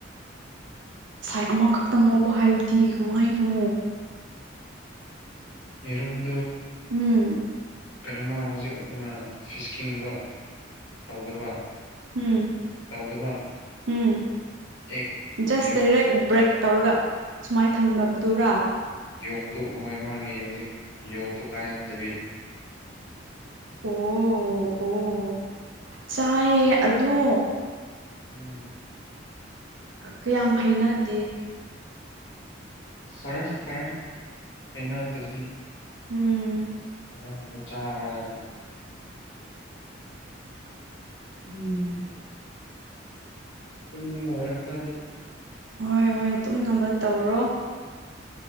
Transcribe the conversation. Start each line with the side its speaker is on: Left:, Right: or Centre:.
Right: ꯁꯥꯏꯠ ꯑꯃꯈꯛꯇ ꯉꯧꯕ ꯍꯥꯏꯕꯗꯤ ꯀꯃꯥꯏꯅꯣ
Left: ꯌꯦꯔꯨꯝ
Right: ꯎꯝ
Left: ꯀꯩꯅꯣꯃ ꯍꯧꯖꯤꯛ ꯑꯩꯈꯣꯏꯅ ꯐꯤꯁꯀꯤꯡ ꯑꯃ ꯇꯧꯗꯕ
Right: ꯎꯝ
Left: ꯇꯧꯗꯕ
Right: ꯎꯝ
Left: ꯑꯦꯛ
Right: ꯖꯁ
Left: ꯌꯣꯛ
Right: ꯗꯥꯔꯦꯛ ꯕ꯭ꯔꯦꯛ ꯇꯧꯔꯒ ꯁꯨꯃꯥꯏꯅ ꯊꯝꯅꯕꯗꯨꯔꯥ
Left: ꯌꯣꯛꯇꯨ ꯍꯣꯏ ꯃꯥꯒꯤ ꯍꯧꯖꯤꯛ ꯌꯣꯛꯇꯣ ꯀꯥꯏꯍꯟꯗꯕꯤ
Right: ꯑꯣ ꯑꯣ ꯆꯥꯏꯌꯦ ꯑꯗꯣ
Left: ꯎꯝ
Right: ꯀꯌꯥꯝ ꯍꯩꯅꯗꯦ
Left: ꯐꯔꯦ ꯐꯔꯦ ꯍꯩꯅꯗ꯭ꯔꯗꯤ
Right: ꯎꯝ
Left: ꯅꯪ ꯑꯗꯨ ꯆꯥꯕ꯭ꯔꯥꯅ ꯎꯝ ꯇꯨꯝꯅꯤꯡꯕ ꯍꯧꯔꯦ ꯈꯔꯗꯤ
Right: ꯍꯣꯏ ꯍꯣꯏ ꯇꯨꯝꯅꯕ ꯇꯧꯔꯣ